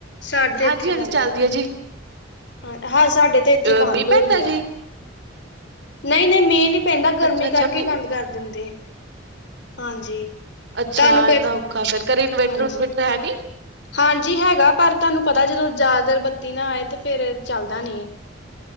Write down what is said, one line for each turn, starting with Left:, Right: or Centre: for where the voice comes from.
Left: ਸਾਡੇ
Right: ਹਾਂਜੀ
Left: ਇੱਥੇ
Right: ਹਾਂਜੀ
Left: ਬੰਦ
Right: ਚੱਲਦੀ ਹੈ ਜੀ
Left: ਹਾਂ ਹਾਂ ਸਾਡੇ ਤੇ ਇੱਥੇ
Right: ਅ
Left: ਬੰਦ
Right: ਮੀਂਹ
Left: ਹੋਈ
Right: ਪੈਂਦਾ
Left: ਆ
Right: ਜੀ
Left: ਨਹੀਂ ਨਹੀਂ ਮੀਂਹ ਨਹੀਂ ਪੈਂਦਾ ਗਰਮੀ
Right: ਅੱਛਾ-ਅੱਛਾ
Left: ਕਰਕੇ
Right: ਮੀਂਹ
Left: ਬੰਦ ਕਰ ਦਿੰਦੇ ਹਾਂਜੀ
Right: ਅੱਛਾ
Left: ਤੁਹਾਨੂੰ ਫਿਰ
Right: ਐ ਤਾਂ ਔਖਾ ਫਿਰ ਘਰੇ ਇਨਵੇਟਰ
Left: ਹਾਂਜੀ
Right: ਉਨਨਵੇਟਰ ਹੈ ਨੀ
Left: ਹਾਂਜੀ ਹੈਗਾ ਪਰ ਤੁਹਾਨੂੰ ਪਤਾ ਜਦੋਂ ਜ਼ਿਆਦਾਤਰਰ ਬੱਤੀ ਨਾ ਆਏ ਤੇ ਫੇਰ ਚੱਲਦਾ ਨੀ ਹੈ